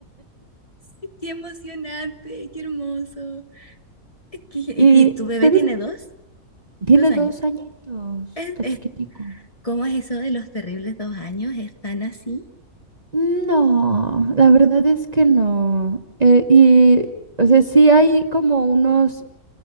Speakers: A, on the left; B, on the right.
A: <laughs> Qué emocionante, qué hermoso. Qué- ¿Y,
B: <laughs> Y
A: y tu bebé
B: ustedes,
A: tiene dos?
B: tiene
A: Dos años.
B: dos añitos,
A: Es,
B: está
A: es-
B: chiquitico.
A: ¿cómo es eso de los terribles dos años? ¿Están así?
B: No, la verdad es que no. Eh, y, o sea, sí hay como unos,